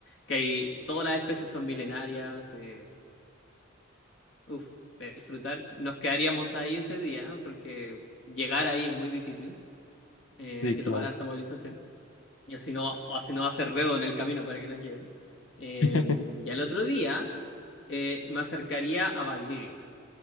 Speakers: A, on the left; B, on the left.
A: que hay, todas las especies son milenarias. eh, uf, de disfrutar, nos quedaríamos ahí ese día, porque llegar ahí es muy difícil. Eh,
B: Sí,
A: hay que
B: claro.
A: tomar harta movilización. Y así no, o así no va a ser dedo en el camino para que nos lleven. Eh,
B: <laughs>
A: y al otro día eh, me acercaría a Valdivia.